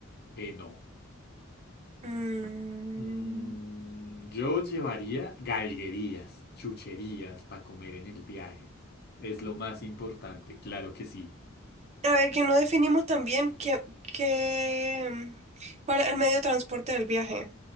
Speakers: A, on the left; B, on the right.
A: Eh, no.
B: Mm,
A: Mm, yo llevaría galguerías, chucherías para comer en el viaje. Es lo más importante, claro que sí.
B: A ver, que no definimos también qué, qué, mm, cuál es el medio de transporte del viaje.